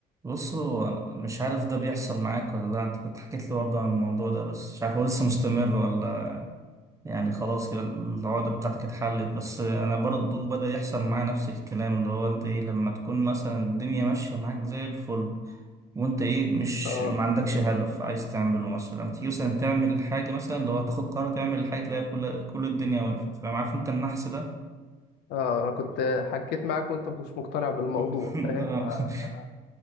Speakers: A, on the right; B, on the left.
A: بص هو مش عارف ده بيحصل معاك ولا لا انت كنت حكيت لي برضه عن الموضوع ده بس مش عارف هو لسه مستمر ولا يعني خلاص كده العقدة بتاعتك اتحلت بس انا برضه بدأ يحصل معايا نفس الكلام اللي هو انت ايه لما تكون مثلا الدنيا ماشية معاك زي الفل وانت ايه مش
B: اه
A: ما عندكش هدف عايز تعمله مثلا لما تيجي مثلا تعمل الحاجة مثلا اللي هو تاخد قرار تعمل الحاجة تلاقي كل كل الدنيا وقفت فاهم عارف انت النحس ده
B: اه انا كنت حكيت معاك وانت ما كنتش مقتنع بالموضوع
A: <laughs>
B: فاهم آه.